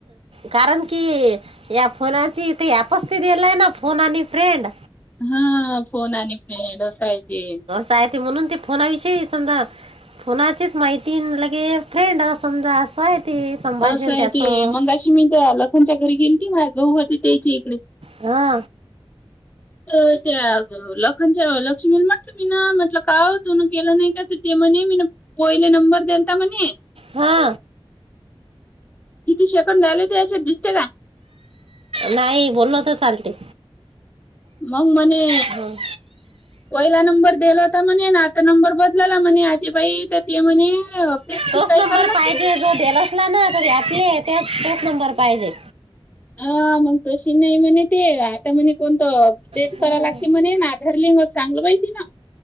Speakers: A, on the right; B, on the left.
A: कारण कि या फोनाची ती अपस्थित आलाय ना फोन आणि फ्रेंड,
B: हा फोन आणि फ्रेंड असाय ते.
A: काय ते म्हणून ते फोनाविषयी समजा फोनाचीच माहिती लगे. फ्रेंड अ समजा अस हाय ते, संभाषण
B: असं आहे
A: त्याचं
B: ते मग अशी मी लखनच्या घरी गेली ती माझ होती त्याची इकडे,
A: हा,
B: त्या लखनच्या लक्ष्मी मी ना म्हटलं, म्हटल मी न का ओ धून केलं नाही का? ती म्हणे, मी पोहिले नंबर दीलता म्हणे
A: हा.
B: किती शेकंद झाले ते याच्यात दिसते का?
A: नाही बोल तर चालते.
B: मंग मने
A: हं.
B: पहिला नंबर दिला होता मणे ना त नंबर बदलला म्हणे, आ बाई तर ते म्हणे अपडेट
A: तोच
B: कि काही
A: नंबर
B: कराव
A: पाहिजे
B: लागतील ना.
A: जो तेलास नाही ना तरी, आपले त्यात तोच नंबर पाहिजे.
B: हा मग तशी नाही म्हणे ते. त्या म्हणे कोणतं डेट
A: हं.
B: कराय लागते म्हणे ना, आधार लिंग सागलं पाहि तीन.